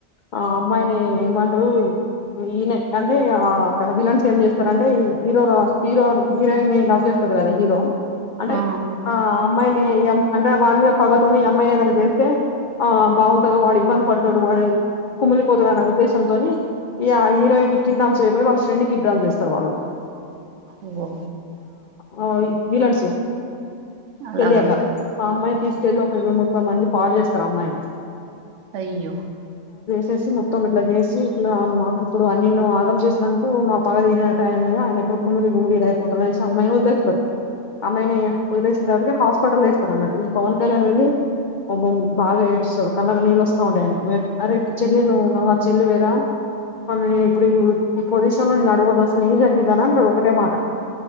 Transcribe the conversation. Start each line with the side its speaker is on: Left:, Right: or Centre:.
Left: ఆ అమ్మాయిని ఏమంట్రు ఈనే అంటే అక్కడ విలన్స్ ఏం చేస్తార అంటే హీరో హీరో హీరోయిన్ ని లవ్ చేస్తా తథ కదా హీరో అంటే
Right: ఆ
Left: ఆ అమ్మాయిని ఎ అంటే వాన్ని మీద పగతోని ఈ అమ్మాయిని ఏదైనా చేస్తే ఆ బాగుంటది వాడు ఇబ్బంది పడతాడు వాడు కుమిలిపోతాదని ఉద్దేశంతోని ఈ ఆ హీరోయిన్ ని కిడ్నాప్ చేయబోయి వాళ్ళ ఫ్రెండ్ ని కిడ్నాప్ చేస్తారు వాడు
Right: ఓ
Left: ఆ ఈ విలన్స్
Right: అలాగా
Left: తెలియక ఆ అమ్మాయిని తీసుకెళ్లి ఒక ఇరవై ముప్పై మంది పాడు చేస్తారు అమ్మాయిని
Right: అయ్యో
Left: చేసి మొత్తం ఇట్లా చేసి ఇట్లా మాకు ఇప్పుడు నిన్ను ఆగం చేసినందుకు మా పగ తీరినట్టు అయింది ఆయన కుమిలి కుమిలి ఇది అయిపోతాడు అనేసి అమ్మాయిని వదిలేస్తారు అమ్మాయిని వదిలేసిన తవాత హాస్పిటల్ అన్నట్టు ఈ పవన్ కళ్యాణ్ వెళ్ళి బ బాగా ఏడుస్తాడు కళ్ళలో నీళ్ళు వస్తా ఉంటయి ఆయనకు అరే చెల్లి నువ్వు చెల్లి వేరా అ నేను ఇప్పుడు ఈ ఈ పొజిషన్ లో నేను అడుగను అసలు ఏం జరిగింద అని అంటారు ఒకటే మాట